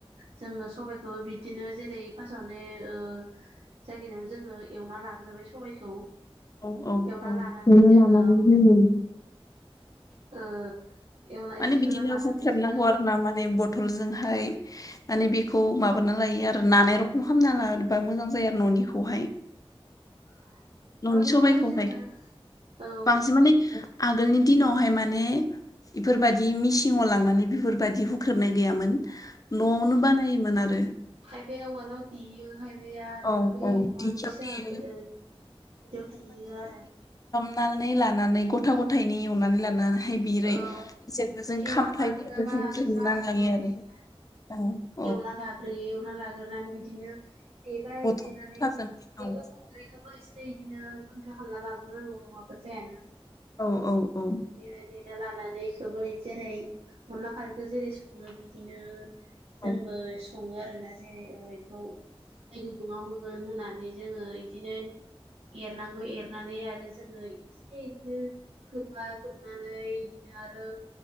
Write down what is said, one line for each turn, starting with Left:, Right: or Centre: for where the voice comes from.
Right: जोङो सबाय खौ बिदिनो जेरै फार्स्टआवनो ओ जायखिनि जोङो एवना लाग्रोबाय सबायखौ
Left: औ औ
Right: एवना
Left: औ
Right: लानानै
Left: एवना
Right: जोङो
Left: लानानै जोङो
Right: ओ एवना
Left: माने
Right: एवस्रोना
Left: बिदिनो
Right: लानानै
Left: हुख्रेबनांगौ
Right: जोङो
Left: आरो ना माने बथ'लजोंहाय माने बेखौ माबाना लायो आरो नानाय रखम खालामामना लाबा मोजां जायो आरो न'निखौहाय।
Right: <inaudible>
Left: न'नि
Right: न'निखौहाय
Left: सबायाइखौहाय
Right: जोङो औ
Left: बांसिन माने आगोलनि दिनावहाय माने इफोरबायदि मिसिङाव लांनानै बेफोरबायदि हुख्रेबनाय गैयामोन न'आवनो बानायोमोन आरो।
Right: खायफाया उवालाव देयो खायफाया आरो
Left: औ
Right: बै
Left: औ
Right: उवाल
Left: दिंखियाव
Right: फिसाबो
Left: देयो
Right: बिदियाव देयो आरो
Left: नानै लानानै गथा गथायनि एवनानै लानानै फाय बिरै
Right: औ
Left: जेनबो जों
Right: एवना
Left: खामफ्लायफोर
Right: लाग्रोआबा
Left: जों
Right: आरो
Left: उनना
Right: जायाना
Left: लायो
Right: ओरैनो
Left: आरो औ।
Right: एवना लाग्रोयो एवना लाग्रोनानै बिदिनो देबाय
Left: बथल
Right: देनानै
Left: गथाजों
Right: बेबो
Left: औ
Right: गुन्दैखोबो एसे एसे इ दिनो गुन्द्रा खालामना लाग्रोनांगौ नङाबा जायाना।
Left: औ औ औ
Right: बिदिनो देना लानानै इखोबो जेरै अनला खारैखो जेरै सङो बिदिनो जोंबो
Left: औ
Right: सङो आरोना जेरै इखौ दै गुदुङाव होगोन होननानै जोङो इदिनो एरनांगौ एरनानै आरो जोङो इसे इदिनो खोबबाय खोबनानै बिदिनो आरो